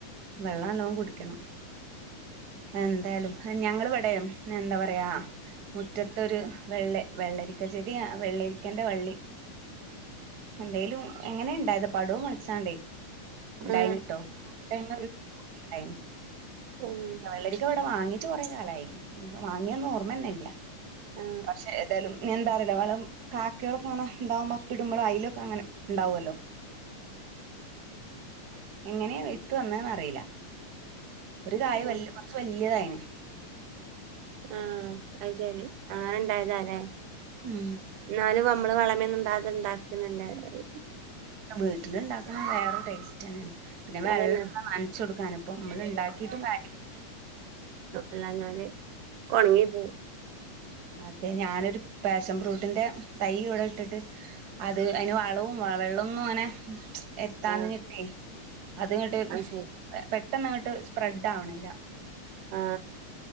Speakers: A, on the right; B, on the right.
A: വെള്ളം നല്ലോം കുടിക്കണം എന്തായാലും ഞങ്ങളിവിടെ എന്താ പറയാ മുറ്റത്തൊരു വെള്ള വെള്ളരിക്ക ചെടി വെള്ളരിക്കന്റെ വള്ളി എന്തേലും എങ്ങനെ ഇണ്ടായത് പടു മോളെച്ചാണ്ട് ഉണ്ടായിന്
B: ആ
A: ട്ടോ ണ്ടായിന്ന്
B: ഉം
A: വെള്ളരിക്ക ഇവിടെ വാങ്ങീട്ട് കുറെ കാലായി ഇന്ക്ക് വാങ്ങിയതെന്നെ ഓർമ്മന്നല്ല
B: ആ
A: പക്ഷെ ഏതായാലും ഇനി എന്താറില്ല വള്ളം കാക്കകളൊക്കെ അങ്ങനെ ഇണ്ടാവുമ്പോ അപ്പി ഇടുമ്പോ അയിലൊക്കെ അങ്ങനെ ഉണ്ടാവല്ലോ എങ്ങനെയ വിത്ത് വന്നന്ന് അറിയില്ല ഒരു കായ്
B: ആ
A: വല്ല്യ കുറച്ച് വല്ല്യതായിന്ന് <unintelligible>
B: ആ അത് ശരി അങ്ങനെ ഇണ്ടായതല്ലെ
A: ഉം
B: എന്നാല് നമ്മ വളമെന്നും ണ്ടാകാതെ ണ്ടാക്ക്ണതല്ലേ അത്
A: വീട്ടിലിണ്ടാക്ക വേറെരു ടേസ്റ്റ് തന്നെയാണ് പിന്നെ വെള്ളം
B: അതന്നെ
A: <inaudible> നനച്ച് കൊടുക്കാനും അപ്പം നമ്മള് ഉണ്ടാക്കിട്ട് <inaudible>
B: അല്ലാ ഞാന് ഒക്കെ ഒണങ്ങി പോം
A: അതെ ഞാനൊരു പാഷൻ ഫ്രൂട്ടിന്റെ തൈ ഇവിടെ ഇട്ടിട്ട് അത് അതിന് വളവും വെള്ളമൊന്നും അങ്ങനെ എത്താഞ്ഞ്ട്ടേ
B: ആ
A: അത്ങ്ങോട്ട്
B: അത് ശരി
A: പെട്ടെന്ന് ഇങ്ങട്ട് <unintelligible> സ്പ്രെഡ് ആവണില്ല <unintelligible>
B: ആ